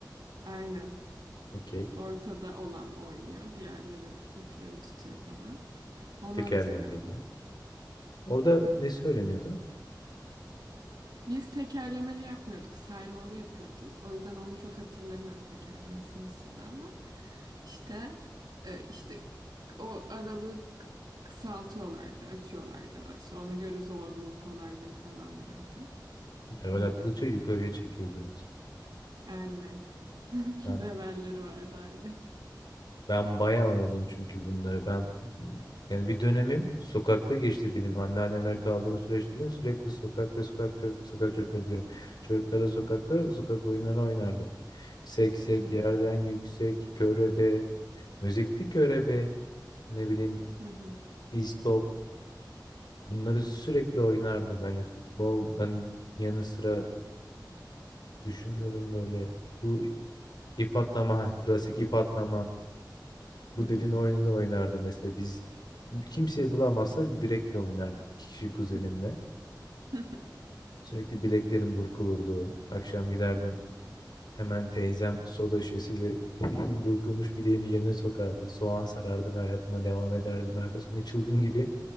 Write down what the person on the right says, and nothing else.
aynen
ortada olan oynuyor. Diğerleri ipleri tutuyor falan. Onu
hatırlıyorum.
Biz tekerlemeli yapmıyorduk, saymalı yapıyorduk. O yüzden onu çok hatırlamıyorum tekerlemesi nasıldı ama işte e, işte o aralığı k- kısaltıyorlardı, açıyorlardı. İşte ona göre zorluğu, kolaylığı falan vardı.
Öyle.
Aynen. <laughs>
Levelleri vardı aynen.
Hı hı.
Hı hı.
Hı hı.
Hı. <laughs>
Evet.